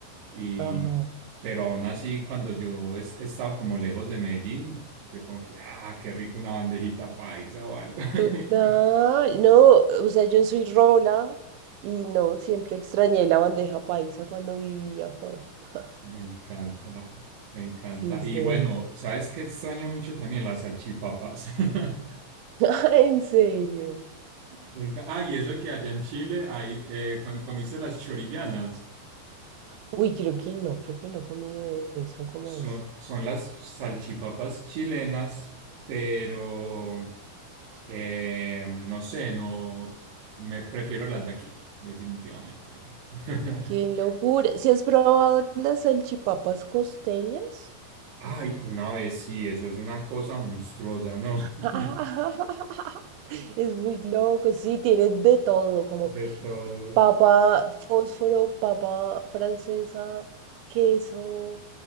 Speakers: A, on the right; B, on the right.
A: Y,
B: Ajá.
A: pero aún así, cuando yo he, he estado como lejos de Medellín, yo como que, ah, qué rico una bandejita paisa o algo. <laughs>
B: Total, no, o sea, yo soy rola y no, siempre extrañé la bandeja paisa cuando vivía afuera. <laughs>
A: Me encanta, me encanta.
B: Sí, sí.
A: Y bueno, ¿sabes qué extraño mucho también? Las salchipapas. <laughs>
B: <laughs> En serio.
A: Me enca- Ah, y eso que allá en Chile hay, eh, ¿con- ¿comiste las chorillanas?
B: Uy, creo que no, creo que no he comido de eso, ¿cómo
A: Son,
B: es?
A: son las salchipapas chilenas, pero eh, no sé, no me prefiero las de aquí, definitivamente. <laughs>
B: ¡Qué locura! ¿Si has probado las salchipapas costeñas?
A: Ay, una vez sí, eso es una cosa monstruosa, ¿no? <laughs>
B: <laughs> Es muy loco, sí, tiene de todo, como
A: De todo.
B: papa fósforo, papa francesa, queso,